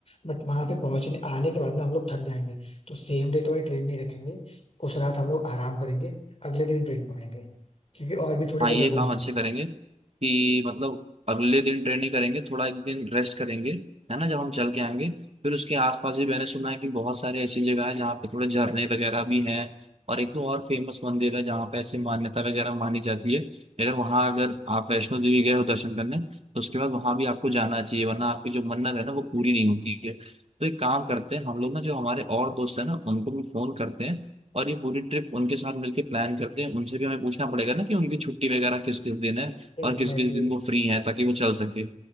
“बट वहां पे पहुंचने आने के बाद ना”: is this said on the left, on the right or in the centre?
Left